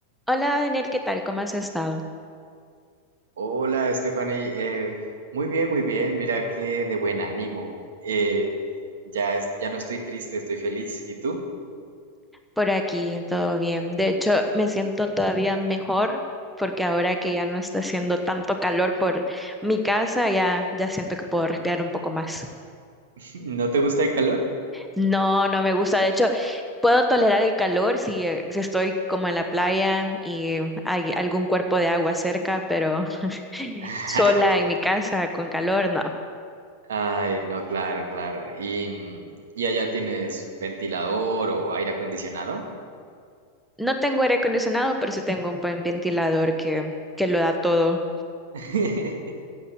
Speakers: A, in the centre; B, on the right.
A: Hola Daniel, ¿qué tal? ¿Cómo has estado?
B: Hola, Stephanie. Eh, muy bien, muy bien. Mira qué de buen ánimo. Eh, ya, es- ya no estoy triste, estoy feliz. ¿Y tú?
A: Por aquí, todo bien. De hecho, me siento todavía mejor porque ahora que ya no está haciendo tanto calor por mi casa, ya, ya siento que puedo respirar un poco más.
B: <laughs> ¿No te gusta el calor?
A: No, no me gusta. De hecho, puedo tolerar el calor si, eh, si estoy como en la playa y hay algún cuerpo de agua cerca, pero <laughs>
B: <laughs>
A: sola en mi casa con calor, no.
B: Ay, no, claro, claro. ¿Y, mm, ¿y allá tienes ventilador o aire acondicionado?
A: No tengo aire acondicionado, pero sí tengo un buen ventilador que, que lo da todo.
B: <laughs>